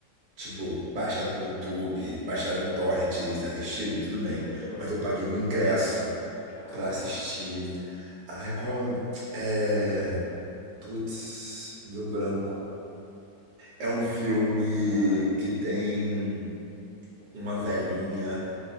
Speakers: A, on the right; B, on the left.
A: tipo,
B: <laughs>
A: baixado no YouTube, baixado um torrent e assistido, tudo bem.
B: Oh,
A: Mas eu paguei um ingresso
B: <laughs> Caraca.
A: pra assistir. Ai, qual. É. Putz, deu branco. É um filme
B: Ah,
A: que tem uma velhinha